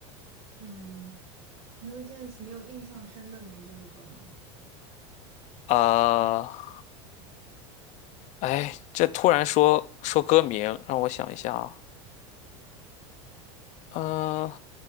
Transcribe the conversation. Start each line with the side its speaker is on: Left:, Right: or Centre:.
Right: 嗯，New Jeans，你有印象深的哪几首歌吗？
Left: 啊、哎，这突然说说歌名，让我想一下啊。嗯、